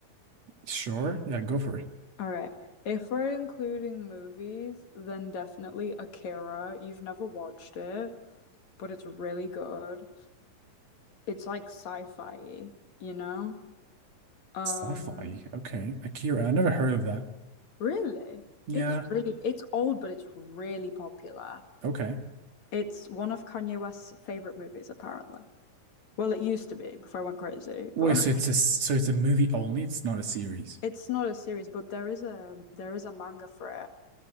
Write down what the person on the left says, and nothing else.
All right. If we're including movies, then definitely Akira. You've never watched it, but it's really good. It's like sci-fi, you know? Um,
really?
It's really it's old, but it's really popular.
It's one of Kanye West's favorite movies, apparently. Well, it used to be before I went crazy,
but
<laughs>
It's not a series, but there is a there is a manga for it.